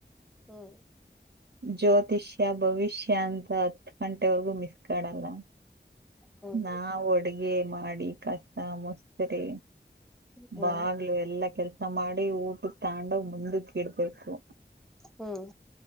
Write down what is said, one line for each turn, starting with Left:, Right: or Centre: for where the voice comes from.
Centre: ಹ್ಮ್
Right: ಜ್ಯೋತಿಷ್ಯ ಭವಿಷ್ಯ ಅಂತ ಹತ್ ಗಂಟೆವರೆಗೂ ಮಿಸ್ ಕಾಡಲ್ಲ
Centre: ಹ್ಮ್
Right: ನಾ ಅಡ್ಗೆ ಮಾಡಿ ಕಷ್ಟ ಮುಸ್ತ್ರ
Centre: ಹ್ಮ್
Right: ಬಾಗ್ಲು ಎಲ್ಲಾ ಕೆಲ್ಸ ಮಾಡಿ ಊಟ ತೊಂಡು ಮುಂದ ಇಡ್ಬೇಕು
Centre: ಹ್ಮ್